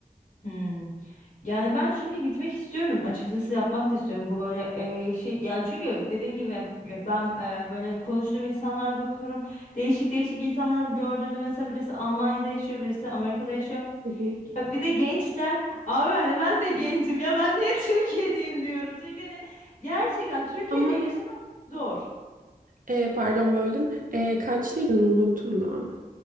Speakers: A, on the left; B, on the right.
A: Hmm. Yani ben şimdi gitmek istiyorum. Açıkçası yapmak da istiyorum. Bu böyle e, şey yani çünkü dediğim gibi ya ben e, böyle konuştuğum insanlara bakıyorum. Değişik değişik insanları gördüğümde mesela birisi Almanya'da yaşıyor, birisi Amerika'da yaşıyor.
B: hı.
A: Ya bir de gençler. Abi hani ben de gencim ya ben niye <laughs> Türkiye'deyim diyorum. Çünkü hani gerçekten Türkiye'de
B: Ama
A: yaşamak zor.
B: e, pardon böldüm. E, kaçlıydın unuttum da.